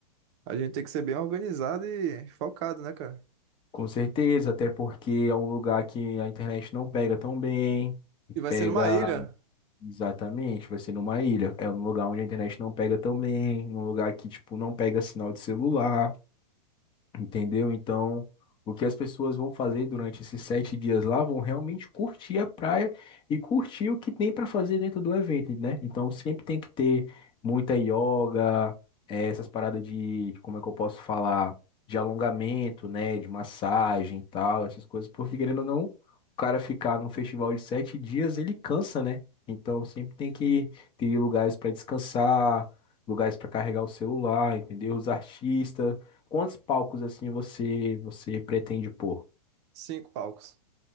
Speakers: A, on the right (about 45°); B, on the left (about 25°).
A: A gente tem que ser bem organizado e focado, né, cara?
B: Com certeza, até porque é um lugar que a internet não pega tão bem. e
A: E
B: Pega
A: vai ser numa ilha,
B: exatamente, vai ser numa ilha. É um lugar onde a internet não pega tão bem, num lugar que, tipo, não pega sinal de celular. Entendeu? Então, o que as pessoas vão fazer durante esses sete dias lá vão realmente curtir a praia e curtir o que tem para fazer dentro do evento, né? Então, sempre tem que ter muita yoga, eh, essas paradas de, como é que eu posso falar, de alongamento, né? De massagem e tal, essas coisas, porque querendo ou não, o cara ficar num festival de sete dias, ele cansa, né? Então, sempre tem que ter lugares para descansar, lugares para carregar o celular, entendeu? Os artistas. Quantos palcos assim você você pretende pôr?
A: cinco palcos.